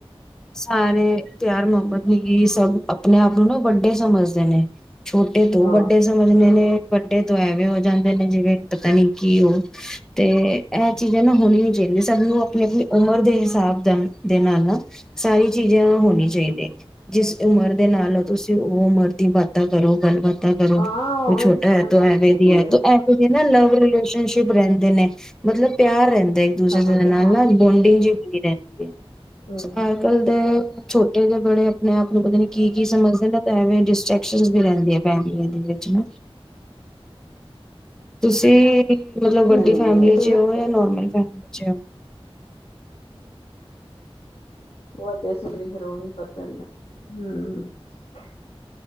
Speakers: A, in the centre; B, on the left (about 70°).
A: ਸਾਰੇ ਪਿਆਰ ਮਹੋਬਤ ਯੇਹੀ ਸਭ ਆਪਣੇ ਆਪ ਨੂੰ ਨਾ ਵੱਡੇ ਸਮਝਦੇ ਨੇ। ਛੋਟੇ ਤੋਂ
B: ਹਾਂ
A: ਵੱਡੇ ਸਮਝਣੇ ਨੇ। ਵੱਡੇ ਤੋਂ ਐਵੇਂ ਹੋ ਜਾਂਦੇ ਨੇ ਜਿਵੇਂ ਪਤਾ ਨੀ ਕੀ ਉਹ ਤੇ ਇਹ ਚੀਜ਼ਾਂ ਨਾ ਹੋਣੀ ਨੀ ਚਾਹੀਦੀਆਂ ਸਾਨੂੰ ਆਪਣੀ ਆਪਣੀ ਉਮਰ ਦੇ ਹਿਸਾਬ ਦਾ ਦੇ ਨਾਲ ਸਾਰੀ ਚੀਜ਼ਾਂ ਹੋਣੀ ਚਾਹੀਦੀਆਂ ਜਿਸ ਉਮਰ ਦੇ ਨਾਲ ਤੁਸੀਂ ਉਹ ਉਮਰ ਦੀ ਬਾਤਾਂ ਕਰੋ ਗੱਲਬਾਤ ਕਰੋ
B: ਹਾਂ
A: ਕੋਈ
B: ਉਵੇਂ
A: ਛੋਟਾ
B: ਦੀ ਸਮਝ
A: ਹੈ
B: ਹੋਣੀ
A: ਅਵੇਦੀ
B: ਚਾਹੀਦੀ
A: ਹੈ ਅਵੇ ਨਾ ਲਵ ਰਲੇਸ਼ਨਸ਼ਿਪ ਰਹਿੰਦੇ ਨੇ ਮਤਲਬ ਪਿਆਰ ਰਹਿੰਦਾ ਇੱਕ ਦੂਜੇ
B: ਸਮਝ
A: ਦੇ ਨਾਲ
B: ਹਾਂ
A: ਨਾ ਬੋਂਡਿੰਗ ਜੀ ਵੀ ਰਹਿੰਦੀ ਹੈ।
B: ਹਮ
A: ਅੱਜ ਕੱਲ ਦੇ ਛੋਟ ਦੇ ਬੜੇ ਆਪਣੇ ਆਪ ਨੂੰ ਪਤਾ ਨੀ ਕੀ ਕੀ ਕੀ ਸਮਝਦੇ ਨਾ ਤਾਂ ਐਵੇਂ ਡਿਸਟਰ੍ਰੈਕ ਵੀ ਰਹਿੰਦੀ ਫੈਮੀਆਂ ਦੇ ਵਿੱਚ ਨ। ਤੁਸੀਂ ਮਤਲਬ
B: ਹਮ
A: ਵੱਡੀ ਫੈਮਿਲੀ
B: ਇਹ
A: ਚ
B: ਨਾ
A: ਉਹ ਜਾਂ ਨੋਰਮਲ ਫੈਮ ਚ।
B: ਉਹਧ ਸੂਰੀ ਫੇਰ ਉਹ ਵੀ ਫਰ ਪੈਂਦਾ, ਹਮ ਹ